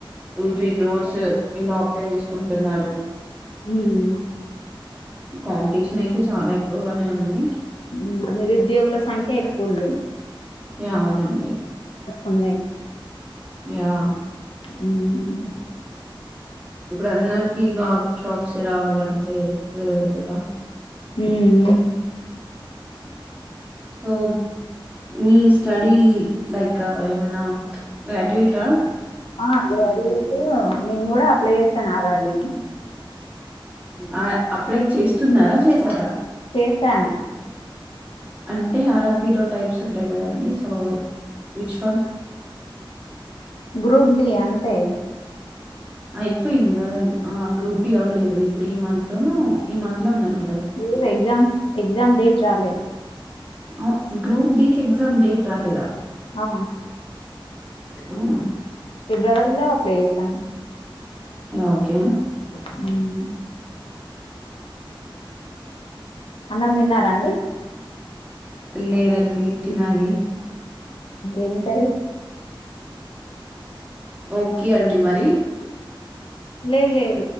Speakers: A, on the right; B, on the left.
A: టూ త్రీ క్రోర్స్ ఇలా అప్లై చేసుకుంటున్నారు
B: హ్మ్
A: కాంపిటీషన్ అయితే చాలా ఎక్కువగానే ఉంది
B: హ్మ్ నిరుద్యోగుల సంఖ్య ఎక్కువ ఉంది
A: యా అవునండి
B: ఉన్నాయ్
A: యా
B: హ్మ్
A: ఇప్పుడు అందరికి గ జాబ్స్ ఏ రావాలంటే కుదరదు కదా
B: హ్మ్
A: సో మీ స్టడీ లైక్ ఏమనా గ్రాడ్యుయేట్ట
B: ఆ అదే అటుఇటు నేను కూడా అప్లై చేస్తాను ఆగండి
A: హ అప్లై చేస్తున్నారా చేసారా
B: చేశాను
A: అంటే ఆర్ ఆర్ బి లో టైప్స్ ఉంటాయి కదండి so which one
B: group D అంతే
A: అయిపోయింది కదా ఆ గ్రూప్ డి అవ్వలేదు ఇప్పుడు ఈ మంత్ లోనూ ఈ మంత్ లో ఉందనుకో
B: లేదే ఎగ్జామ్ ఎగ్జామ్ డేట్ రాలే
A: ఆ గ్రూప్ డి కి ఎగ్జామ్ డేట్ రాలేదా
B: హా
A: అవును
B: ఫిబ్రవరిలో అప్లై చేశాను
A: ఓకే
B: హ అన్నం తిన్నారాండి.
A: లేదండి తినాలి.
B: ఏం కర్రీ
A: ఓకే అడి మరి.
B: లే లే